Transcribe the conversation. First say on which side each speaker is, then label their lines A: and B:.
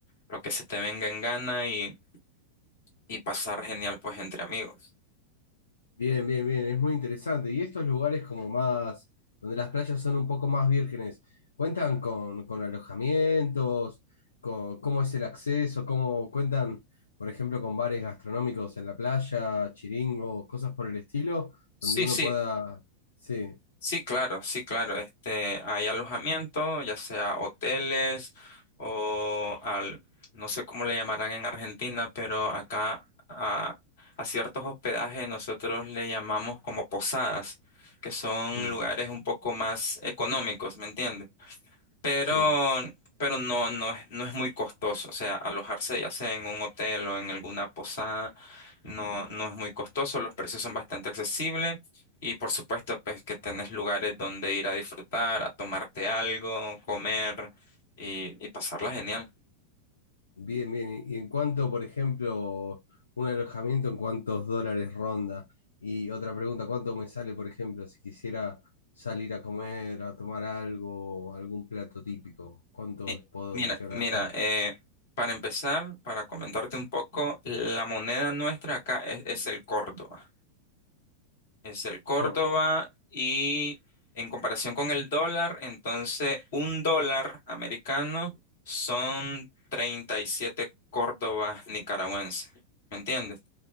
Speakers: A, on the left; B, on the left.
A: lo que se te venga en gana y, y pasar genial pues entre amigos.
B: Bien, bien, bien, es muy interesante. Y estos lugares como más, donde las playas son un poco más vírgenes, ¿cuentan con, con alojamientos? Con, ¿cómo es el acceso? ¿Cómo cuentan, por ejemplo, con bares gastronómicos en la playa, chiringos, cosas por el estilo,
A: Sí,
B: donde uno
A: sí,
B: pueda... Sí,
A: Sí, claro, sí, claro. Este, hay alojamiento, ya sea hoteles o al, no sé cómo le llamarán en Argentina, pero acá a, a ciertos hospedajes nosotros le llamamos como posadas, que son
B: mm,
A: lugares un poco más económicos, ¿me entiendes? pero,
B: sí.
A: pero no, no, es- no es muy costoso. O sea, alojarse ya sea en un hotel o en alguna posada, no, no es muy costoso. Los precios son bastante accesibles. Y por supuesto, pues que tenés lugares donde ir a disfrutar, a tomarte algo, comer y, y pasarla genial.
B: Bien, bien. Y y en cuanto, por ejemplo, un alojamiento, ¿en cuántos dólares ronda? Y otra pregunta, ¿cuánto me sale, por ejemplo, si quisiera salir a comer, a tomar algo, algún plato típico? ¿Cuánto
A: Mi-
B: puedo
A: Mira,
B: llegar
A: mira,
B: a gastar?
A: eh, para empezar, para comentarte un poco, la moneda nuestra acá es, es el córdoba. es el Córdoba
B: Gordo.
A: y en comparación con el dólar, entonces un dólar americano son 37 Córdobas nicaragüenses, ¿me entiendes?